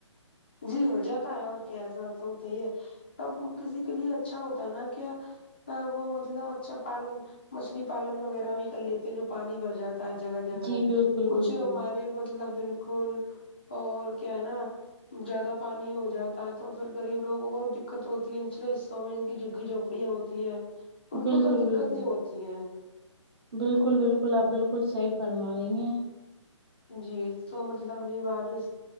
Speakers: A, on the left; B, on the right.
A: جی ہو جاتا ہے اور کیا ایسا تو ہوتا ہی ہے اب کسی کے لیے اچھا ہوتا ہے نا کیا وہ مطلب اچھا پالن مچھلی پالن وغیرہ بھی کر لیتے ہیں جو پانی بھر جاتا جگہ جگہ
B: جی بالکل
A: کچھ
B: بالکل
A: ہمارے مطلب بالکل اور کیا ہے نا زیادہ پانی ہو جاتا ہے تو فیر غریب لوگوں کو دقت ہوتی ہے نچلے حصوں میں جن کی جگی جھونپڑیاں ہوتی تی ہے ان
B: بالکل
A: کو تو دکت
B: بالکل
A: ہی ہوتی ہے
B: بالکل بالکل آپ بالکل صحیح فرما رہی ہیں
A: جی تو مطلب یہ بارش